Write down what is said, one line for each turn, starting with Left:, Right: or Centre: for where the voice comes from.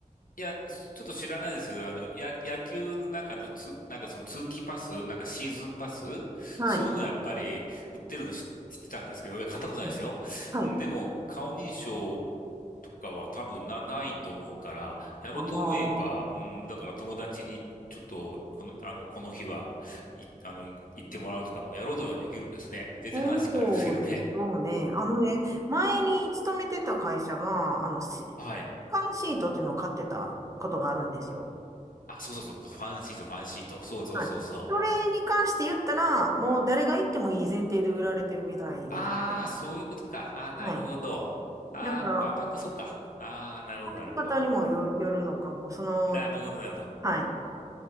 Left: いや、ちょっと知らないですけど、あの、野野球の中のつ、なんかその通期パス、なんかシーズンパス、
Right: はい。
Left: そういうのやっぱり売ってるの知知ってたんですけど、いや、買ったことないですよ。
Right: うんはい。
Left: うん、でも、顔認証とかは多分な、ないと思うから、やろうと思えば、
Right: ああ、
Left: うん、だから友達にちょっと、この、あの、この日は、い、あの、い行ってもらうとかもやろうとはできるんですね。全然話変わるんですけどね。
Right: そうでしょうね。あのね、前に勤めてた会社が、あの、し缶シートっていうのを買ってたことがあるんですよ。
Left: <laughs> はい。あ、そうそうそう、ファンシート、ファンシート。そうそうそうそう。
Right: はい。それに関して言ったら、もう誰が行ってもいい前提で売られてるみたいですね。
Left: ああ、そういうことか。ああ、なるほど。
Right: はい。
Left: ああ、
Right: だから、
Left: 万博、そうか。ああ、なるほど、なるほど。
Right: 使い方にもよる、よるのかも。その、
Left: なるほど、なるほど。
Right: はい。